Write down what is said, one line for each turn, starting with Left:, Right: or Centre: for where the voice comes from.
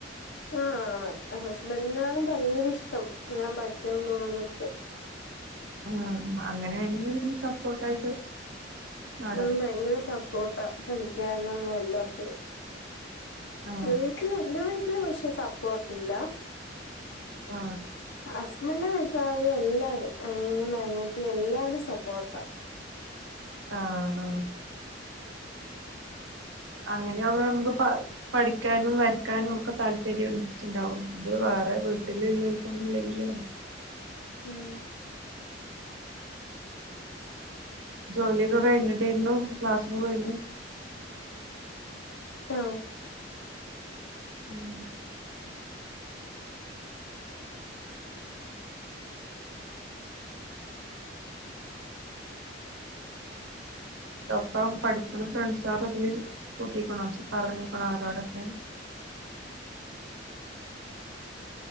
Left: ആഹ് ആഹ് ഹസ്ബന്റിനാണ് ഭയങ്കര ഇഷ്ടം ഞാൻ പഠിക്ക്യാൻ പോണതൊക്കെ
Right: ആഹ് അങ്ങനെ ആണെങ്കി പിന്നെ സപ്പോർട്ടായിട്ട് നടക്കും
Left: ഉം ഭയങ്കര സപ്പോർട്ടാ പഠിക്ക്യാനും എല്ലാത്തിനും
Right: ആ
Left: വീട്ടില് എന്റെ വീട്ടില് പക്ഷേ സപ്പോർട്ടില്ല
Right: ആ
Left: ഹസ്ബന്റെ വീ ട്ടാര് എല്ലാരും അനിയും അനിയത്തിം എല്ലാരും സപ്പോർട്ടാ
Right: ആഹ് ആഹ് അങ്ങനെയാവാവുമ്പം പ പഠിക്ക്യാനും വരക്കാനും ഒക്കെ താല്പര്യം ഇൻട്രസ്റ്റ് ഇണ്ടാവും ഇത് വേറെ വീട്ടില് ഇല്ലോല്ക്കൊന്നും ഇല്ലെങ്കില് ഞ
Left: ഉം
Right: ജോലിയൊക്കെ കഴിഞ്ഞിട്ടേരുന്നു ക്ലാസ്സിന് പോയിര്ന്നെ
Left: ട്ടോ
Right: ഉം ട്ടൊപ്പം പഠിക്ക്ണ ഫ്രണ്ട്സളെ ഇതില് കൂട്ടിക്ക്ണോ പറഞ്ഞ്ക്ക്ണോ അവരോടൊക്കെ